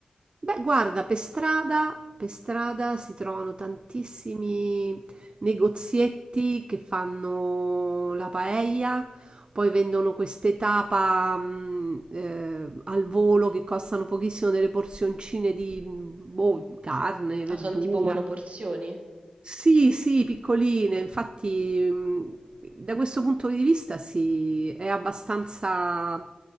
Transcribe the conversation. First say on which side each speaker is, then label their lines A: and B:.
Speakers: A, on the right; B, on the right.
A: Beh, guarda, per strada, per strada si trovano tantissimi negozietti che fanno la paella, poi vendono queste tapa mh, eh, al volo che costano pochissimo delle porzioncine di boh, carne, verdura.
B: Ah, sono tipo monoporzioni.
A: Sì, sì, piccoline, infatti mh, da questo punto di vista sì, è abbastanza,